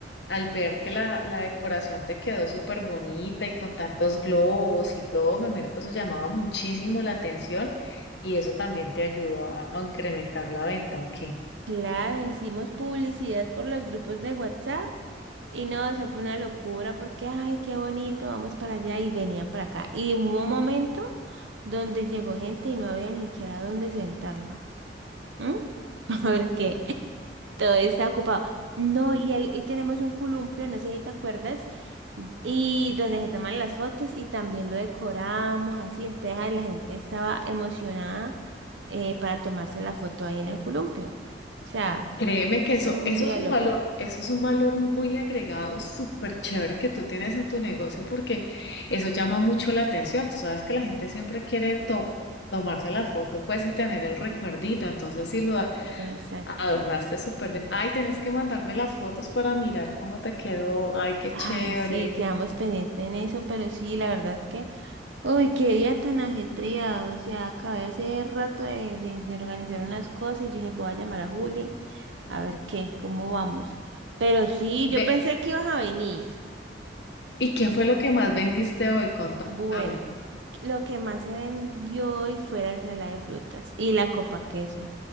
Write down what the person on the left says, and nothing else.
al ver que la, la decoración te quedó súper bonita y con tantos globos y todo, me imagino que eso llamaba muchísimo la atención y eso también te ayudó a, a incrementar la venta, ¿o qué?
Créeme que
eso,
eso
es un
valor, eso es un valor muy agregado, súper chévere que tú tienes en tu negocio porque eso llama mucho la atención. Tú sabes que la gente siempre quiere to- tomarse la foto, pues, y tener el recuerdito. Entonces, si lo a-
adornaste súper bien, ay, tienes que mandarme las fotos para mirar cómo te quedó. Ay, qué
chévere.
Ve,
¿y qué fue lo que más vendiste hoy? Contame.